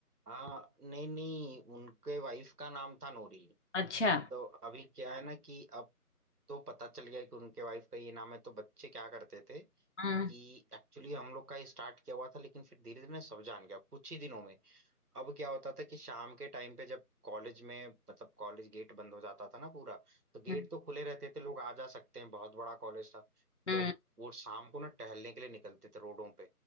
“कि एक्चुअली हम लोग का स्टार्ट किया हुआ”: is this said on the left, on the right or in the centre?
Right